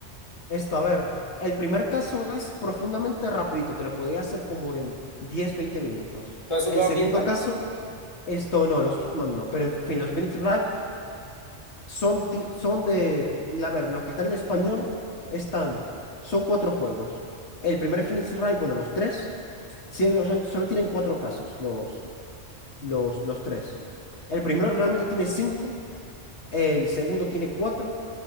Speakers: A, on the left (about 75°); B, on the left (about 25°).
A: Esto, a ver, el primer caso es profundamente rapidito, te lo podía hacer como en 10, 20 minutos.
B: ¿Tú has jugado
A: El segundo
B: Hitman?
A: caso, esto no, los Kidman no, pero en fin, los Phoenix Wright son, ti- son de, a ver, los que están en español están, son cuatro juegos. El primer Phoenix Wright, bueno, los tres, sí, los- solo tienen cuatro casos, los, los, los tres. El primero realmente tiene cinco, el segundo tiene cuatro